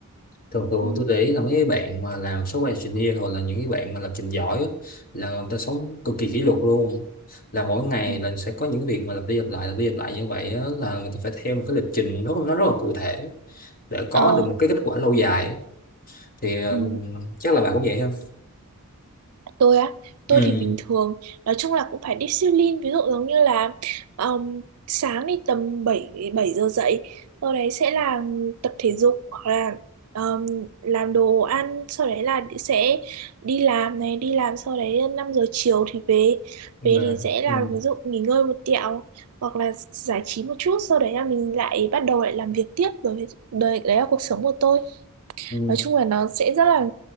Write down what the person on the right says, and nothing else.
ừ.
ừ.
ờ
ừ.
Tôi á, tôi
thì bình thường, nói chung là cũng phải discipline, ví dụ giống như là um, sáng thì tầm 7 7 giờ dậy, sau đấy sẽ là tập thể dục hoặc là um, làm đồ ăn, sau đấy là đi- sẽ đi làm này, đi làm sau đấy 5 giờ chiều thì về.
Về
thì sẽ là
ví dụ nghỉ ngơi một tẹo hoặc là giải trí một chút, sau đấy là mình lại bắt đầu lại làm việc tiếp rồi đấy, đấy là cuộc sống của tôi
nói chung là nó sẽ rất là